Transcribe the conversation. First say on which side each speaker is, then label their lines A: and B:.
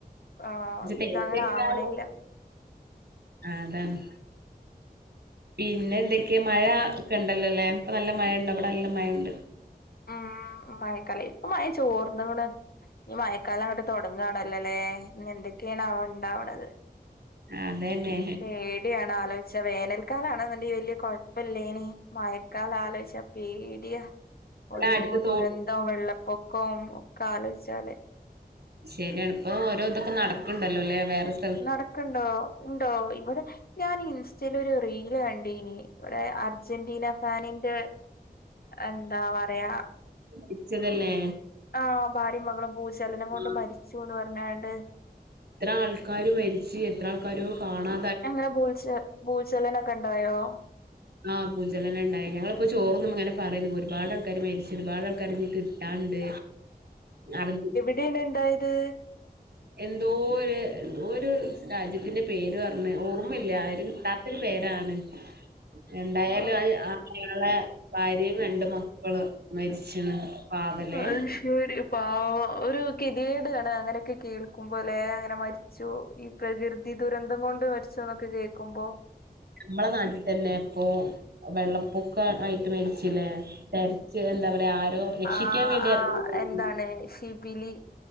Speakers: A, on the left (about 65°); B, on the right (about 80°).
A: ആഹ്
B: ഇജ്ജ് <unintelligible>
A: ഇതങ്ങനെ ആവണില്ല
B: ആഹ് അതാണ്‌ പിന്ന എന്തക്കെ മഴ ഒക്ക ഇണ്ടല്ലോല്ലേ ഇപ്പ നല്ല മഴണ്ട് ഇവട നല്ല മഴണ്ട്
A: ഉം മഴക്കാല ഇപ്പ മഴ ചോർന്ന്ങ്ങ്ണ് ഇനി മയക്കാലം അങ്ങട്ട് തൊടങ്ങാ ണല്ലോലെ ഇനി എന്തൊക്കെയാണാവോ ഉണ്ടാവണത്
B: അതന്നെ
A: പേടിയാണ് ആലോയ്ച്ച വേനൽ ക്കാലാണെന്നുണ്ടെ വല്യ കുഴപ്പല്ലേനിം മഴക്കാല ആലോയ്ച്ച പേടിയ
B: ഇവിടെ
A: ഓരോ
B: അടുത്ത്
A: ദുരന്തവും
B: തോ
A: വെള്ളപ്പൊക്കൊ ഒക്കെ ആലോയ്ച്ചാല്
B: ശരിയാണ് ഇപ്പ ഓരോ ഇതൊക്ക നടക്കുണ്ടല്ലോ അല്ലേ വേറെ സ
A: നടക്ക്‌ണ്ടോ ഉണ്ടോ ഇവടെ ഞാന് ഇൻസ്റ്റെലൊര് റീല് കണ്ടീനി ഇവടെ അർജന്റീന ഫാനിന്റ എന്താ പറയാ
B: ഇച്ചതല്ലേ
A: ആഹ് ഭാര്യം മകളും ഭൂചലനം കൊണ്ട്
B: ആഹ്
A: മരിച്ചൂന്ന് പറഞ്ഞാണ്ട്
B: എത്ര ആൾക്കാര് മരിച്ച്‌ എത്ര ആൾക്കാരോ കാണാ
A: അങ്ങനെ ഭൂൽച്ച ഭൂചലനെക്കെ ഇണ്ടായോ
B: ആഹ് ഭൂചലനണ്ടായി ഞങ്ങളിപ്പ ചോറ് തിന്നുമ്പങ്ങനെ പറയയ്നിം ഒര്പാട് ആൾക്കാര് മരിച്ച്‌ ഒര്പാട് ആൾക്കാര് ഇനി കിട്ടാണ്ട് അറിഞ്ഞു
A: ഇതെങ്ങ്നെ ഇണ്ടായത്
B: എന്തോ ഒര് എന്തോ ഒര് രാജ്യത്തിന്റെ പേര് പറഞ്ഞ് ഓർമ്മല്ല ഒര് കിട്ടാത്തൊര് പേരാണ് എന്തായാലും
A: അത്
B: ആ അയാളെ ഭാര്യയും രണ്ട് മക്കള് മരിച്ച്ണ് പാവലേ
A: അഹ് ശെരി ഒരു പാവം ഒരു കെതിയേടാണ് അങ്ങനൊക്കെ കേൾക്കുമ്പലേ അങ്ങനെ മരി ച്ചു ഈ പ്രകൃതി ദുരന്തം കൊണ്ട് മരിച്ചൂന്നൊക്കെ കേൾക്കുമ്പൊ
B: മ്മളെ നാട്ടി തന്നെ ഇപ്പൊ വെള്ളപ്പൊക്ക ആയിട്ട് മര്ച്ചിലേ തെര്ച്ച് എന്താ പറയാ ആരോ രക്ഷിക്കാൻ
A: ആഹ്
B: വേണ്ടി
A: ആഹ്
B: ഇറങ്ങിയതായിരുന്നു
A: എന്താണ് ഷിബിലി